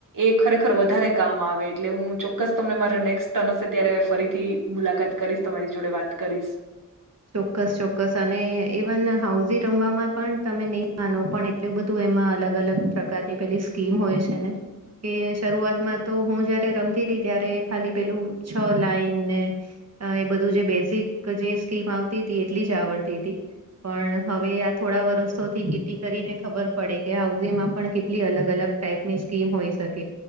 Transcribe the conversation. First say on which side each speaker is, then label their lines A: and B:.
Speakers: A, on the right (about 80°); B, on the right (about 50°).
A: એ ખરેખર વધારે કામ આવે એટલે હું ચોક્કસ તમને મારે નેક્સ્ટ ટર્ન હશે ત્યારે ફરીથી મુલાકાત કરીશ તમારી જોડે વાત કરીશ.
B: ચોક્કસ ચોક્કસ અને ઇવન હાઉઝી રમવામાં પણ તમે નહી માનો પણ એ ટલું બધું એમાં અલગ અલગ પ્રકારની પેલી સ્કીમ હોય છે ને કે શરૂઆતમાં તો હું જયારે રમતી રહી ત્યારે ખાલી પેલું છ લાઈનને એ બધું જે બેઝિક જે સ્કીમ આવતી હતી એટલી જ આવડતી હતી. પણ હવે આ થોડા વર્ષોથી ખેતી કરીને ખબર પડે કે હાઉઝમાં પણ કેટલી અલગ અલગ ટાઈપની સ્કીમ હોઈ શકે